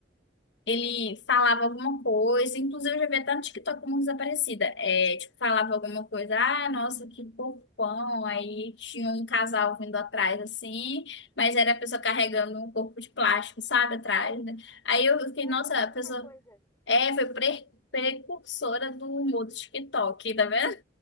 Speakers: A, on the left; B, on the left.
A: ele falava alguma coisa, inclusive eu já vi até no TikTok uma desaparecida. É, tipo, falava alguma coisa, ah, nossa, que corpão. Aí tinha um casal vindo atrás, assim, mas era a pessoa carregando um corpo de plástico, sabe, atrás, né? Aí eu fiquei,
B: É,
A: nossa,
B: tinha
A: a
B: muita
A: pessoa
B: coisa.
A: é, foi pre- precursora do humor do TikTok, tá vendo?